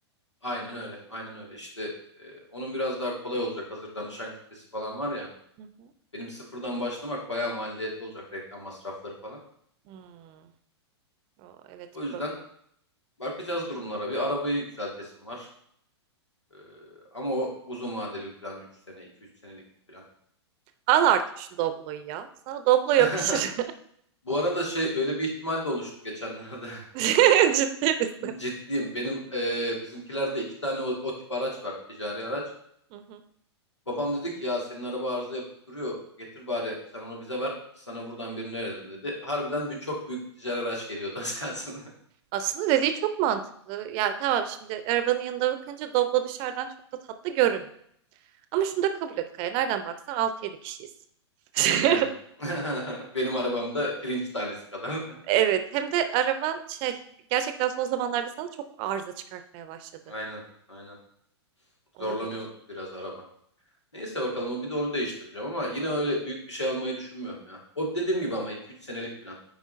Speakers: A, on the left; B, on the right.
A: Aynen öyle, aynen öyle. İşte e, onun biraz daha kolay olacak. Hazır danışan kitlesi falan var ya.
B: Hı hı.
A: Benim sıfırdan başlamak bayağı maliyetli olacak reklam masrafları falan.
B: Hmm. O, evet
A: O yüzden
B: problem.
A: bakacağız durumlara. Bir arabayı yükseltesim var. Ee, ama o uzun vadeli bir plan. üç sene, iki üç senelik bir plan.
B: Al artık şu Doblo'yu ya. Sana Doblo yakışır.
A: <laughs> Bu arada şey öyle bir ihtimal de oluştu geçenlerde. <laughs>
B: <laughs> Ciddi misin?
A: Ciddiyim. Benim e, bizimkilerde iki tane o, o tip araç var. Ticari araç.
B: Hı hı.
A: Babam dedi ki ya senin araba arıza yapıp duruyor. Getir bari sen onu bize ver. Biz sana buradan birini verelim dedi. Harbiden bir, çok büyük bir ticari araç geliyordu az kalsın. <laughs>
B: Aslında dediği çok mantıklı. Ya tamam şimdi arabanın yanında bakınca Doblo dışarıdan çok da tatlı görünmüyor. Ama şunu da kabul et Kaya. Nereden baksan altı yedi kişiyiz. <laughs>
A: Yani. <laughs> Benim arabamda pirinç tanesi kadar.
B: Evet. Hem de araban şey gerçekten son zamanlarda sana çok arıza çıkartmaya başladı.
A: <laughs> Aynen. Aynen.
B: Olabilir.
A: Zorlanıyor biraz araba. Neyse bakalım o bir de onu değiştireceğim ama yine öyle büyük bir şey almayı düşünmüyorum ya. O dediğim gibi ama iki üç senelik plan.